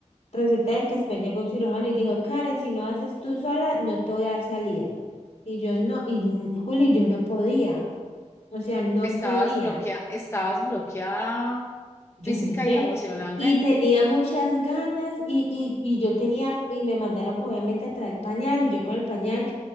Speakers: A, on the left; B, on the left.
A: Resulta de que después llegó el cirujano y dijo, Karen, si no haces tú sola, no te voy a dar salida. Y yo no, y n- Juli, yo no podía, o sea, no
B: Estabas
A: podía.
B: bloqueada, estabas bloqueada
A: Yo
B: física
A: no sé.
B: y emocionalmente.
A: Y tenía muchas ganas y, y, y yo tenía, y me mandaron pues, obviamente a traer pañal y yo con el pañal,